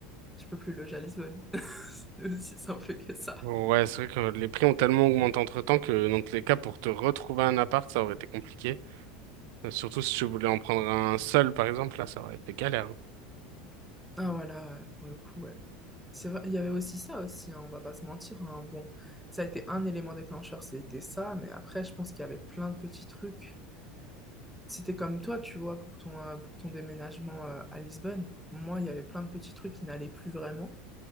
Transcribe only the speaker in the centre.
je peux plus loger à Lisbonne. <laughs> C'est aussi simple que ça.
Ah voilà, pour le coup, ouais. C'est vrai, il y avait aussi ça aussi, hein, on va pas se mentir. hein. Bon, ça a été un élément déclencheur, c'était ça, mais après, je pense qu'il y avait plein de petits trucs C'était comme toi, tu vois, pour ton, euh, pour ton déménagement euh, à Lisbonne. Moi, il y avait plein de petits trucs qui n'allaient plus vraiment.